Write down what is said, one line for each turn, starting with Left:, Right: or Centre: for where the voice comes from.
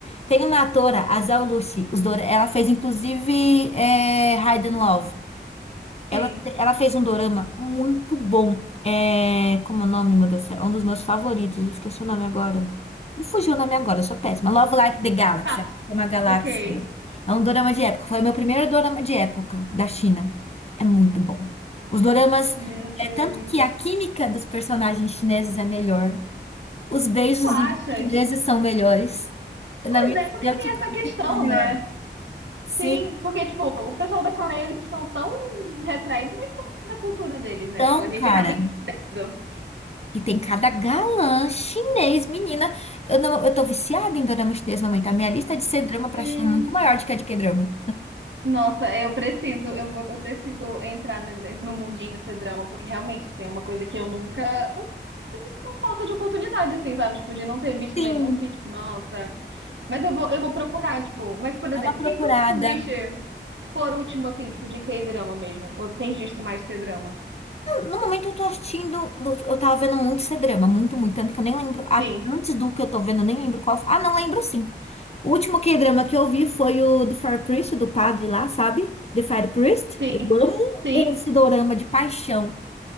Left: Tem uma atora, a Zhao Lucy. Os Dora- Ela fez, inclusive, é, Hide and Love. Ela,
Right: sim.
Left: ela fez um dorama muito bom. É, como é o nome, meu Deus do céu? É Um dos meus favoritos. Eu Esqueci o nome agora. Não fugiu o nome agora, eu sou péssima. Love Like the Galaxy,
Right: Tá,
Left: é uma galáxia.
Right: ok.
Left: É um dorama de época. Foi o meu primeiro dorama de época da China. É muito bom. Os doramas,
Right: Meu Deus.
Left: é tanto que a química dos personagens chineses é melhor. Os beijos
Right: Tu achas?
Left: dos chineses são melhores. Na
Right: Pois
Left: minha
Right: é,
Left: opinião,
Right: porque tem
Left: tiveram
Right: essa questão,
Left: muito melhor.
Right: né?
Left: Sim,
Right: Sim, porque, tipo, o pessoal da Coreia, eles são tão retraídos, muito por conta da cultura deles, né?
Left: então,
Right: Tipo, a gente
Left: cara.
Right: acaba indo.
Left: E tem cada galã chinês, menina. Eu não, eu tô viciada em dorama chinês no momento. A minha lista de C-drama pra
Right: Deus.
Left: China é muito maior do que a de K-drama.
Right: Nossa, eu preciso, eu vou, eu preciso entrar ne- ne- no mundinho ser drama, porque realmente, assim, é uma coisa que eu nunca, nunca tive muito por falta de oportunidade, assim, sabe? Tipo, de não ter visto
Left: Sim,
Right: nenhum que, tipo, nossa. Mas eu vou, eu vou procurar, tipo, mas, por exemplo,
Left: é uma procurada.
Right: o que que tu, tu viste por último, assim, tipo, de K-drama mesmo? Ou tu tens visto mais ser drama?
Left: No momento eu tô assistindo, eu tava vendo muito C-drama, muito, muito, tanto que eu nem lembro, a-
Right: Sim,
Left: antes do que eu tô vendo, eu nem lembro qual. Ah, não lembro sim. O último K-drama que eu vi foi o do Fire Priest, do padre lá, sabe? The Fire Priest.
Right: sim,
Left: Eu amo
Right: sim.
Left: esse dorama de paixão.